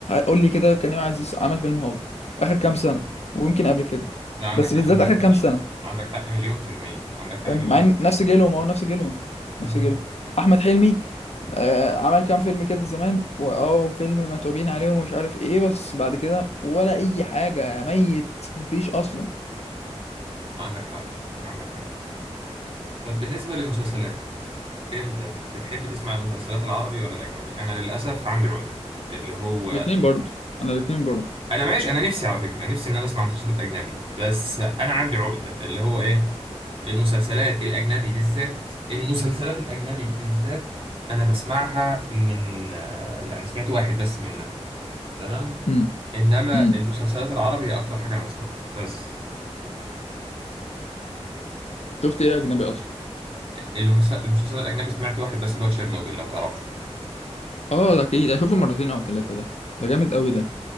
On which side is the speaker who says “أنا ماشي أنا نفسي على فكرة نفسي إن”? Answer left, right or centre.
Right